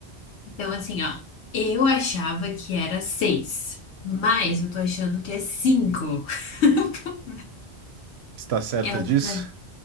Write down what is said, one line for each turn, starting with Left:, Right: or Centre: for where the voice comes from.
Left: Então, assim, ó. Eu achava que era seis, mas eu tô achando que é cinco. <laughs>
Right: Está certa
Left: É a
Right: disso?
Left: alterna-